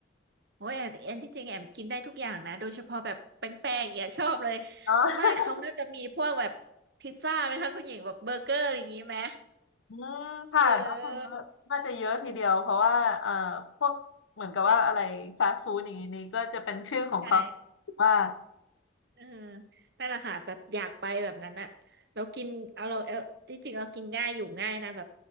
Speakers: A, on the right; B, on the left.
A: โอ้ยแอนแอนที่จริงแอมกินได้ทุกอย่างนะโดยเฉพาะแบบแป้งๆอย่างเนี่ยชอบเลย
B: อ๋อ
A: บ้านเขาน่าจะมีพวกแบบพิซซ่าไหมคะคุณหญิงแบบเบอร์เกอร์อะไรอย่างนี้ไหม
B: อืมค่ะน่าจะเยอะน่าจะเยอะทีเดียวเพราะว่าเอ่อพวกเหมือนกับว่าอะไรฟาสต์ฟู้ดอย่างนี้นี่ก็จะเป็นชื่อของเขา
A: เออใช่
B: ว่า
A: เออนั่นแหละค่ะแบบอยากไปแบบนั้นอะแล้วกินเอาเราเออที่จริงเรากินง่ายอยู่ง่ายนะแบบ